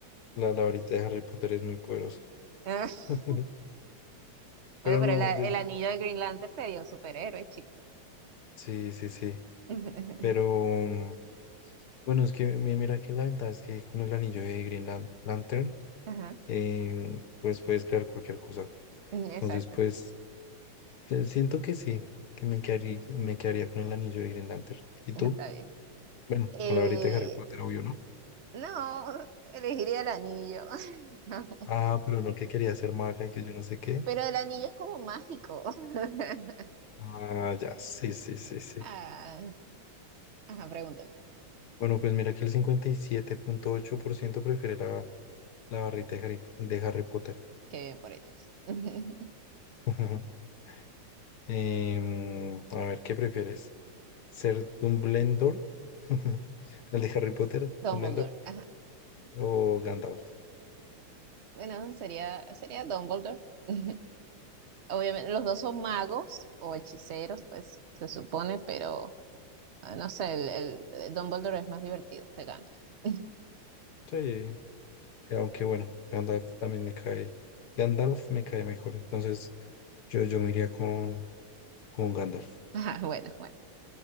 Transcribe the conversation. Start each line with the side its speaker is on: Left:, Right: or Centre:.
Left: La, la varita de Harry Potter es muy poderosa.
Right: <laughs>
Left: <laughs> Pero
Right: Bueno, pero
Left: no,
Right: el, el
Left: yo- yo-
Right: anillo de Green Lantern sería un superhéroe, chico.
Left: sí, sí, sí.
Right: <laughs>
Left: Pero mm, bueno, es que mi- mira que la ventaja es que con el anillo de Green Lan- Lantern,
Right: Ajá,
Left: em, pues puedes crear cualquier cosa.
Right: Exacto,
Left: Entonces, pues Eh, Siento que sí, que me quedaría, me quedaría con el anillo de Green Lantern.
Right: <laughs>
Left: ¿Y
Right: está
Left: tú?
Right: bien.
Left: Bueno,
Right: Eh,
Left: con la varita de Harry Potter, obvio, ¿no?
Right: no, elegiría el anillo. <laughs>
Left: Ah, pero no que quería ser maga y que yo no sé qué.
Right: Pero el anillo es como mágico. <laughs>
Left: Ah, ya, sí, sí, sí, sí.
Right: Ah, ajá, pregúntame.
Left: Bueno, pues mira que el cincuenta y siete punto ocho por ciento prefiere la, la barrita de Harry, de Harry Potter.
Right: Qué bien por ellos. <laughs>
Left: <laughs> Em, a ver, ¿qué prefieres? ¿Ser Dumbledore? <laughs> ¿El de Harry Potter?
Right: Dumbledore.
Left: ¿Dumbledore?
Right: Ajá.
Left: ¿O Gandalf?
Right: Bueno, sería, sería Dumbledore. <laughs> Obviamente, los dos son magos o hechiceros, pues se supone, pero ah, no sé, el, el- el Dumbledore es más divertido que Gandalf. <laughs>
Left: Sí, Eh, Aunque bueno, Gandalf también me cae. Gandalf me cae mejor. Entonces, yo, yo me iría con, con Gandalf.
Right: Ajá, bueno, bueno.